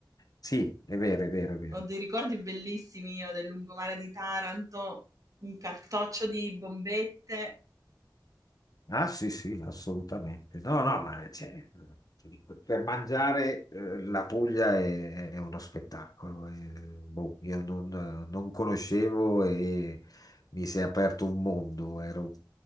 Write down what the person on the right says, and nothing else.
Ho dei ricordi bellissimi io del lungomare di Taranto, un cartoccio di bombette.